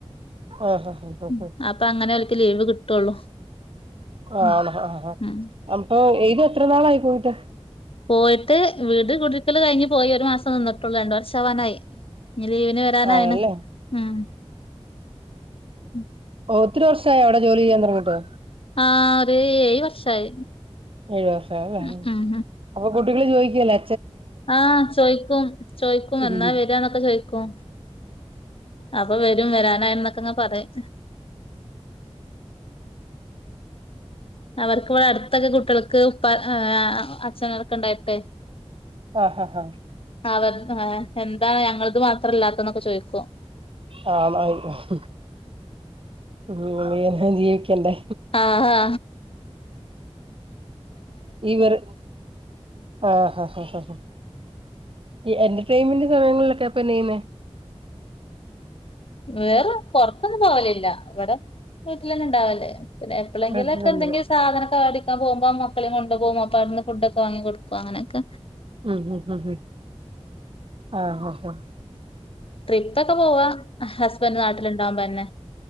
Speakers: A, on the right (about 55°); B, on the left (about 60°).
A: ആഹ് ഹ് ഹ്
B: ഉം
A: ഹ്
B: അപ്പ അങ്ങനെ ഒലക്ക് ലീവ് കിട്ടുള്ളൂ
A: ഓ
B: ഉം
A: ആണ ആ ആ
B: ഉം
A: അപ്പൊ ഏയ് തു എത്ര നാളായി പോയിട്ട്
B: പോയിട്ട് വീട് കുടിരിക്കൽ കയിഞ്ഞ് പോയി ഒരു മാസം നിന്നിട്ടുള്ളൂ രണ്ട്‌ വർഷം ആവാനായി ഇനി ലീവിന് വരാനായിണ്
A: ആയല്ലേ
B: ഉം ഉം
A: ഓ ഒത്തിരി വർഷയാ അവിടെ ജോലി ചെയ്യാൻ തുടങ്ങിട്ട്
B: ആ ഒരു ഏയ് വർഷായി
A: ഏഴു വർഷായി അല്ലേ
B: ഉം ഉം
A: അപ്പൊ കുട്ടികള് ചോദിക്കേലെ
B: ആ ചോയ്ക്കും ചോയ്ക്കും എന്നാ
A: ഉം
B: വരുവാന്നൊക്കെ ചോയ്ക്കും അപ്പൊ വരും വരാനായി എന്നൊക്കെങ്ങെ പറയും അവർക്കിവിടെ അടുത്തൊക്കെ കുട്ടികൾക്ക് ഉപ്പ അച്ഛനർക്കെ ഉണ്ടായിട്ടെ
A: ആ ആ ആ
B: അവർ എന്താ ഞങ്ങളക്ക് മാത്രല്ലാത്തന്നൊക്കെ ചോയ് ക്കും
A: ആ <unintelligible> ഉം ജീവിക്കണ്ടേ
B: ആ ആ
A: വരെ ആ ഹാ ഹാ ഹാ ഈ എന്റർടൈൻമെന്റ് സമയങ്ങളിലൊക്കെ അപ്പൊന്ന ചെയ്യുന്നേ
B: വേറ പൊറത്തൊന്നും പോവലില്ല ഇവിടെ വീട്ടിൽ തന്നെണ്ടാവല്ലേ പിന്നെ എപ്പളെങ്കിലുംക്ക
A: അത് നല്ലത്
B: എന്തെങ്കിലും സാധനക്ക മേടി പോറത്തക്ക് പോകുമ്പോൾ മക്കളും കൊണ്ട് പോകമ്പം മക്കളേം കൊണ്ടുപോകും അപ്പ അവിടുന്ന് ഫുഡ്ക്ക വാങ്ങികൊടുക്കും അങ്ങനെക്ക
A: ഉം ഉം ഉം ആങ്‌ഹ ആങ്‌ഹ ഹ
B: ട്രിപ്പ ഒക്കെ പോവാ ഹസ്ബൻഡ് നാട്ടിലിണ്ടാവുമ്പ അന്നെ